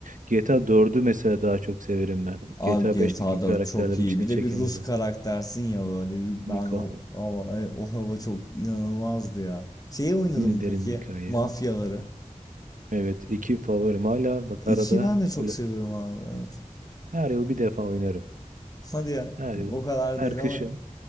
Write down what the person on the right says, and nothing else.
GTA dördü mesela daha çok severim ben. GTA
beşteki karakterler
içine
çekemedim.
Niko.
Yine
derin
bir hikaye.
Evet iki favorim hala bak
arada
böyle
her yıl bir defa oynarım.
Her yıl.
Her
kışın.